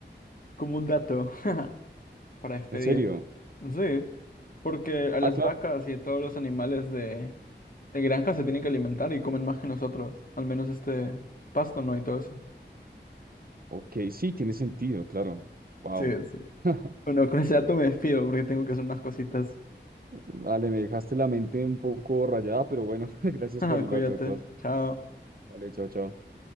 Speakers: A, on the left; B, on the right.
A: como un dato <laughs> para despedir.
B: ¿En serio?
A: Sí, porque a
B: Ah,
A: las
B: claro.
A: vacas y a todos los animales de, de granja se tienen que alimentar y comen más que nosotros, al menos este pasto, ¿no? Y todo eso.
B: Ok, sí, tiene sentido, claro. Wow.
A: Sí, sí.
B: <laughs>
A: Bueno, con ese dato me despido porque tengo que hacer unas cositas.
B: Vale, me dejaste la mente un poco rayada, pero bueno, <laughs> gracias
A: <laughs>
B: por el
A: Cuídate.
B: dato de todas.
A: Chao.
B: Vale, chao, chao.